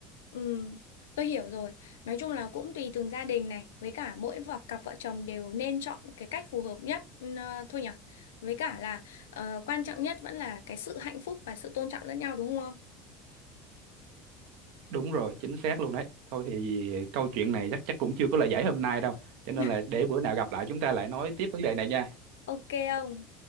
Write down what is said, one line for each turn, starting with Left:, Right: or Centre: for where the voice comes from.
Left: Ừ, tôi hiểu rồi. Nói chung là cũng tùy từng gia đình này, với cả mỗi vợ cặp vợ chồng đều nên chọn cái cách phù hợp nhất ừ, ờ, thôi nhở. Với cả là ờ, quan trọng nhất vẫn là cái sự hạnh phúc và sự tôn trọng lẫn nhau đúng không?
Right: đúng rồi chính xác luôn đấy thôi thì câu chuyện này chắc chắc cũng chưa có lời giải hôm nay đâu cho nên
Left: <laughs>
Right: là để bữa nào gặp lại chúng ta lại nói tiếp vấn đề này nha
Left: Ok không?